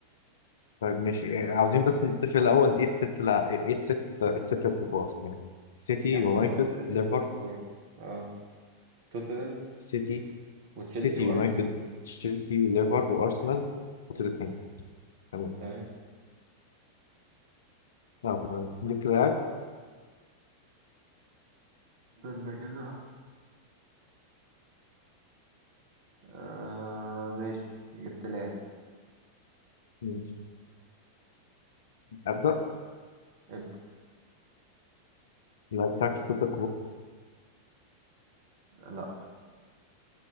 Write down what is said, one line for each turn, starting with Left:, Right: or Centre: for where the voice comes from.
Left: طيب ماشي إيه، عاوزين بس نتفق الاول ايه الست لع... ايه إيه الست الستة الكبار يعني سيتي
Right: يا
Left: يونايتد
Right: عم هم الس- الستة
Left: ليفر
Right: كبار اه توتنهام
Left: سيتي
Right: وتشيلسي
Left: سيتي
Right: وارسنال
Left: يونايتد تشيلسي ليفر وارسنال وتوتنهام تمام
Right: تمام
Left: آه، ليك لاعب
Right: استنى كده آه ماشي جبت لاعب
Left: ماشي. ابدا
Right: ابدا
Left: اللاعب بتاعك في الستة
Right: لا